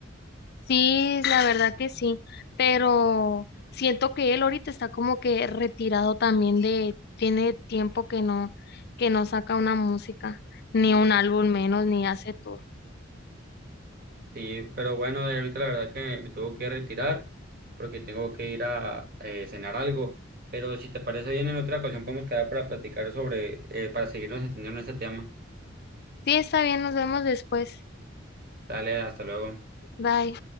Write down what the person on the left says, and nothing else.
Sí, la verdad que sí, pero siento que él ahorita está como que retirado también de, tiene tiempo que no, que no saca una música, ni un álbum menos, ni hace tour.
Sí, está bien, nos vemos después.
Bye.